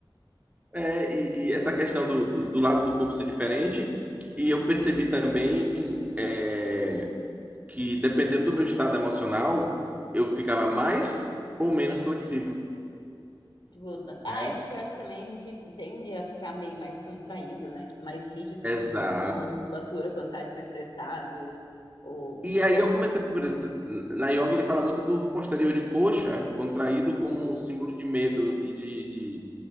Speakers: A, on the right; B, on the left.
A: É, e, e essa questão do, do, do lado do corpo ser diferente. E eu percebi também é, que dependendo do meu estado emocional, eu ficava mais ou menos flexível.
B: Tipo, na- ah,
A: né?
B: é porque eu acho que também a gente tende a ficar meio mais contraído, né? Tipo, mais rígido
A: Exato.
B: com, com uma musculatura quando tá, tipo, estressado ou...
A: E aí
B: ou...
A: eu comecei, por exemplo, na yoga ele fala muito do posterior de coxa contraído como um símbolo de medo e de, de